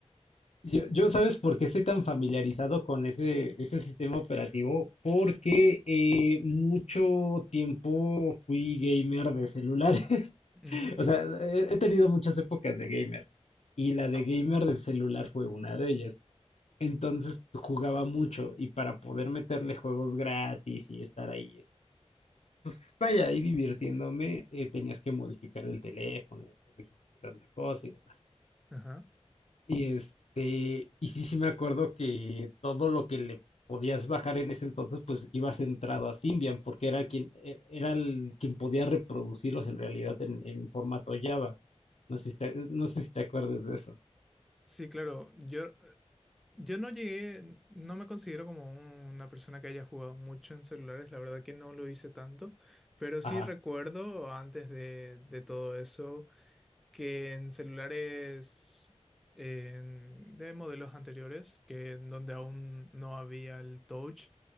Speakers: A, on the left (about 70°); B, in the centre.
A: Yo, yo ¿sabes por qué estoy tan familiarizado con ese, ese sistema operativo? Porque eh, mucho tiempo fui gamer de celulares. <laughs>
B: Ujú,
A: O sea, he, he tenido muchas épocas de gamer. Y la de gamer del celular fue una de ellas. Entonces jugaba mucho y para poder meterle juegos gratis y estar ahí pues vaya, ahí divirtiéndome, eh, tenías que modificar el teléfono, hacer tanta cosa y demás.
B: Ajá.
A: Y este, y sí, sí me acuerdo que todo lo que le podías bajar en ese entonces, pues ibas centrado a Symbian, porque era quien, e- era el, quien podía reproducirlos en realidad en, en formato Java. No sé si te, no sé si te acuerdas de eso.
B: Sí, claro, yo, yo no llegué, no me considero como una persona que haya jugado mucho en celulares, la verdad que no lo hice tanto, pero
A: Ajá.
B: sí recuerdo antes de, de todo eso. que en celulares en- de modelos anteriores, que en donde aún no había el touch,